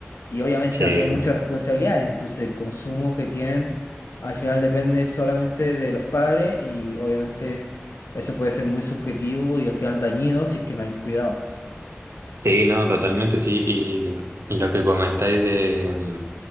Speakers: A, on the left; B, on the right.
A: Y obviamente
B: sí,
A: no tienen muchas responsabilidades, entonces el consumo que tienen al final depende solamente de los padres y obviamente eso puede ser muy subjetivo y al final dañino si es que no hay un cuidado.
B: sí, no, totalmente sí. Y lo que comentáis de,